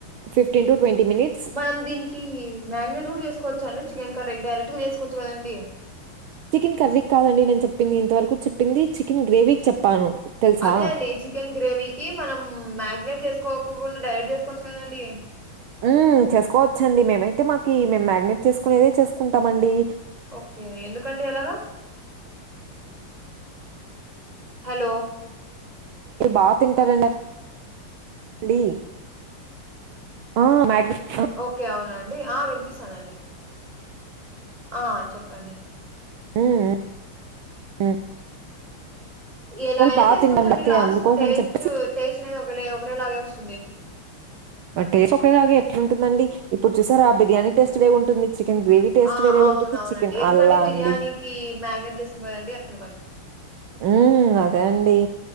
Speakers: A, on the right; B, on the right.
A: ఫిఫ్టీన్ టు ట్వంటీ మినిట్
B: మనం దీనికి మ్యాగ్నెట్ కూడా చేసుకోవచ్చు అండి చికెన్ కర్రీకి డైరెక్ట్గా వేసుకోవచ్చు కదండి
A: చికెన్ కర్రీకి కాదండి నేను చెప్పింది ఇంతవరకు చెప్పింది చికెన్ గ్రేవీకి చెప్పాను తెలుసా?
B: అదే అండి చికెన్ గ్రేవీకిి మనం మ్యాగ్నేట్ చేసుకోకుండా డైరెక్ట్ చేసుకోవచ్చు కదండి
A: ఆ చేసుకోవచ్చండి మేమైతే మాకి మేము మ్యాగ్నేట్ చేసుకుని చేసుకుంటామండి
B: ఓకే ఎందుకండి అలాగా హలో
A: మీరు బాగా తింటారండి ఆ మ్యాగ్నేట్
B: ఓకే అవునా అండి ఆ వినిపిస్తుదండి ఆ చెప్పండి
A: ఉమ్ ఉమ్
B: ఎలా అయినా
A: బా
B: చేసుకోవచ్చండి
A: తింటారండి అయితే
B: లాస్ట్
A: అందుకోసం
B: కు టేస్ట్
A: అని చెప్పి
B: టేస్ట్ అనేది ఒక ఒకటే లాగే వస్తుంది
A: టేస్ట్ ఒకేలాగా ఎట్ల ఉంటుందండి ఇప్పుడు చూసారా ఆ బిర్యానీ టేస్ట్ వేరు ఉంటుంది చికెన్ గ్రేవీ టేస్ట్
B: ఆ
A: వేరే
B: అవును
A: ఉంటుంది.
B: అవునండి
A: చికెన్
B: ఎందుకంటే
A: అల్లా
B: బిర్యానీకి
A: అండి.
B: మ్యాగ్నేట్ చేస్తాం కదండి అందుకని
A: ఉమ్ అదే అండి